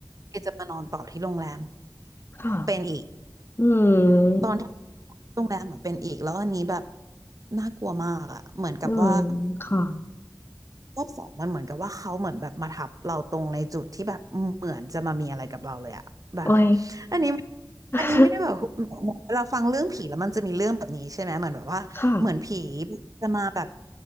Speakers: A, on the right; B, on the left.
A: เอจะมานอนต่อที่โรงแรม
B: ค่ะ
A: เป็นอีก
B: อื
A: ตอนที่
B: ม
A: โรงแรมอ่ะเป็นอีกแล้วอันนี้แบบน่ากลัวมากอ่ะเหมือนกับว่า
B: อืมค่ะ
A: รอบสองมันเหมือนกับว่าเขาเหมือนแบบมาทับเราตรงในจุดที่แบบเหมือนจะมามีอะไรกับเราเลยอะแบบ
B: ไว้
A: อันนี้
B: <laughs>
A: อันนี้ไม่ได้แบบเราฟังเรื่องผีแล้วมันจะมีเรื่องแบบนี้ใช่ไหมเหมือนแบบว่าเหมือนผี
B: ค่ะ
A: จะมาแบบ